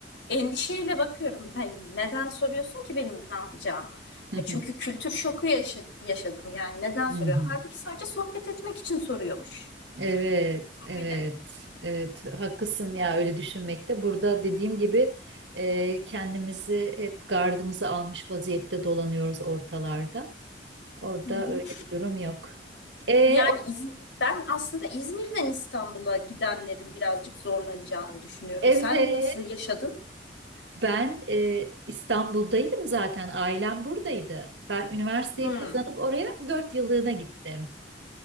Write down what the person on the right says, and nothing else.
<laughs>
Hı
hı.
Evet, evet,
evet. Haklısın ya öyle düşünmekte. Burada dediğim gibi e, kendimizi hep gardımızı almış vaziyette dolanıyoruz ortalarda. Orada
öyle bir durum yok. E,
o-
evet.
Ben e, İstanbul'daydım zaten, ailem buradaydı. Ben üniversiteyi
kazanıp oraya dört yıllığına gittim.